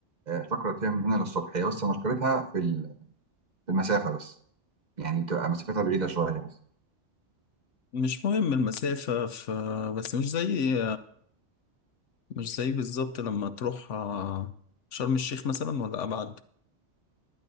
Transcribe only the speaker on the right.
آه، افتكرت فيها من هنا للصبح هي بس مشكلتها في ال- في المسافه بس يعني بتبقى مسافتها بعيده شويه بس